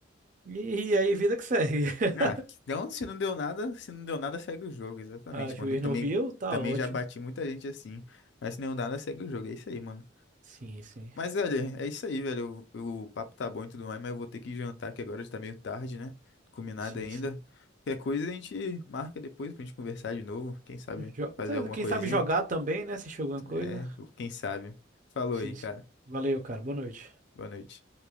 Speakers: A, on the right (about 40°); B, on the left (about 60°).
A: E, e aí, vida que segue. <laughs>
B: Ah, então se não deu nada, se não deu nada, segue o jogo, exatamente,
A: Ah, juiz
B: mano. Eu também,
A: não viu? Tá
B: também
A: ótimo.
B: já bati muita gente assim, mas se não deu nada, segue o jogo, é isso aí, mano.
A: Sim, sim.
B: Mas, velho, é isso aí, velho. O, o papo tá bom e tudo mais, mas eu vou ter que jantar, que agora já tá meio tarde, né? Não comi nada
A: Sim,
B: ainda.
A: sim.
B: Qualquer coisa a gente marca depois pra gente conversar de novo. Quem sabe
A: Jo-
B: fazer alguma
A: Quem
B: coisinha?
A: sabe jogar também, né? Se jogou alguma coisa.
B: É, quem sabe. Falou
A: Sim,
B: aí,
A: sim.
B: cara.
A: Valeu, cara. Boa noite.
B: Boa noite.